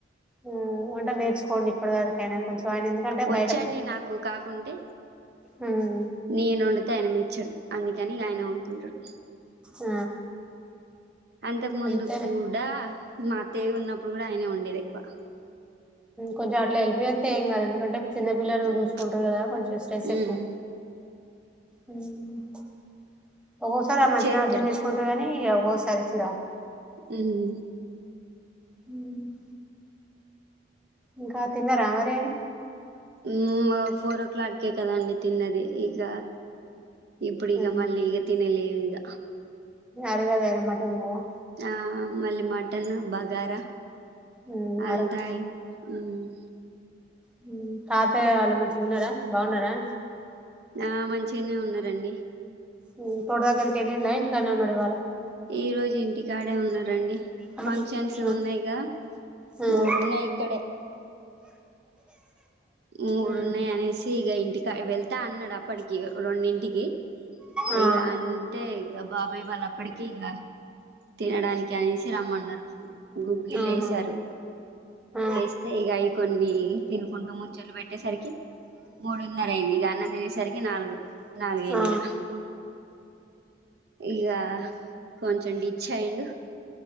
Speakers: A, in the centre; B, on the right.
A: ఊ వంట నేర్చుకోండి ఇప్పడి వరకైనా కొంచెం ఆయన ఎందుకంటే
B: వచ్చండి
A: బయట
B: నాకు కాకుంటె
A: హ్మ్.
B: నేనొండితే ఆయన మెచ్చడు అందుకని ఇగ ఆయనే వండుకుంటడు.
A: ఆ
B: అంతకు ముందు
A: అంతేలే.
B: కూడా మా త్తయ్య ఉన్నప్పుడు కూడా ఆయనే వండేది ఎక్కువ
A: కొంచెం అట్ల హెల్ప్ చేత్తె ఏంకాదు ఎందుకంటే చిన్నపిల్ల నువ్వు
B: మ్మ్
A: చూసుకుంటవ్ కదా కొంచెం స్ట్రెస్
B: మ్మ్
A: ఎక్కువ <unintelligible> ఒకొక్కసారి ఆ మంచిగనే
B: చేత్తడు
A: అర్థం చేసుకుంటడు కనీ ఇగ ఓసారి చిరాకు
B: హ్మ్
A: హ్మ్ ఇంకా తిన్నారా మరి ఆయన
B: హ్మ్ ఫోరో క్లాక్ కే కదా అండి తిన్నది ఇగ ఇప్పుడిగ
A: ఉమ్,
B: మళ్ళీ ఇగ తినేలేదిగ
A: అరగదు అయిన మటన్ కదా
B: ఆ మళ్ళీ మటన్, బగారా
A: ఉమ్,
B: అంత అయి ఉహ్
A: హ్మ్ తాతయ్య వాళ్ళు మంచిగున్నరా బాగున్నరా
B: ఆ మంచిగనే ఉన్నారండి.
A: హ్మ్ తోట దగ్గరికి వెళ్ళిండా ఇంటికానే ఉన్నాడ ఇవ్వాళ
B: ఈ రోజు ఇంటికాడే ఉన్నారండి
A: ఉమ్,
B: ఫంక్షన్స్ ఉన్నాయిగా
A: ఉమ్,
B: మూడు ఉన్నాయి ఇక్కడే మూడు
A: ఉమ్.
B: ఉన్నాయి అనేసి ఇగ ఇంటికి వెళ్తా అన్నాడు అప్పటికి రెండింటికి
A: ఆ
B: ఇగ అంటే ఇగ బాబాయ్ వాళ్ళు అప్పటికి టికి ఇగా తినడానికి అనేసి రమ్మన్నరు గుగ్గిలు
A: అవునా
B: వేసారు
A: ఆ
B: వేస్తే ఇగ అయి కొన్ని తిను ఇన ముచ్చట్లు పెట్టేసరికి మూడున్నర అయింది, ఇగా అన్నం తినేసరికి నాలుగు నాలుగయింది
A: ఆ
B: ఇగా ఇగా కొంచం డీచ్అయ్యిండు